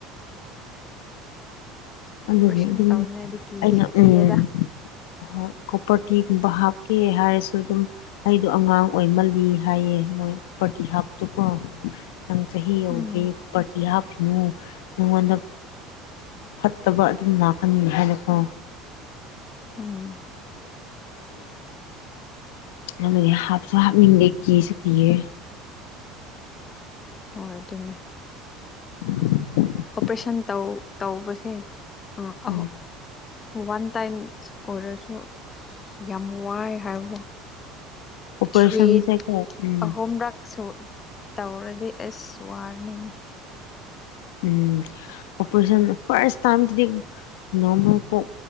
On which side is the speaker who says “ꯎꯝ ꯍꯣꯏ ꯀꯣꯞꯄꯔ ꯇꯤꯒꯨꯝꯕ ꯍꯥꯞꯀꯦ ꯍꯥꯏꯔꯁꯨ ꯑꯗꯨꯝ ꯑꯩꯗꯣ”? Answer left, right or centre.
Left